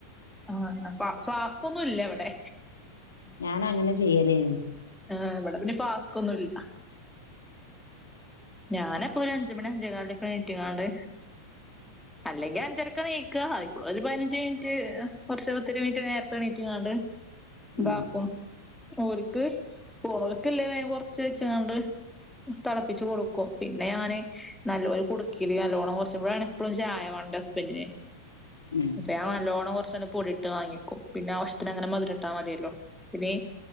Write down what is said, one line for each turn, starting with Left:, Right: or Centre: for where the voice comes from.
Centre: ആഹ് ആഹ് ഫ്ളാസ്ക്കൊന്നും ഇല്ല ഇവിടെ.
Left: ഞാൻ അങ്ങനെ ചെയ്യലേനി.
Centre: ആഹ് ഇവിടെ പിന്നെ ഫ്ളാസ്ക്കൊന്നും ഇല്ല. ഞാന യൊപ്പൊ ഒരു അഞ്ച് മണി അഞ്ചേ കാലിനൊക്കെ എണിറ്റ്ങ്ങാണ്ട്. അല്ലെങ്കിൽ അഞ്ച അരക്കാ നീക്കുക ഒരു പതിനഞ്ച് മിനിറ്റ് കുറച്ച് ഒരു പത്തിരുപത് മിനിറ്റ് നേരത്തെഎണീറ്റങ്ങാണ്ട്. ഇതാക്കും.
Left: ഉം
Centre: ഓരുക്ക് ഒരുക്കുള്ളത് കൊറച്ച് വെച്ചുങ്ങാണ്ട് തിളപ്പിച്ച് കൊടുക്കും. പിന്നെ ഞാന് നല്ലൊരു കുടുക്കേല് നല്ലോണം കുറച്ച് ഇവിടെ എപ്പോഴും ചായ വേണം എന്റെ ഹസ്ബൻഡിന്.
Left: ഉം.
Centre: അപ്പേ ഞാൻ നല്ലോണം കുറച്ച് അങ്ങ് പൊടിയിട്ട് വാങ്ങി വെക്കും പിന്നെ ആവശ്യത്തിന് അങ്ങനെ മധുരം ഇട്ടാ മതിയല്ലോ പിന്നെ ഈ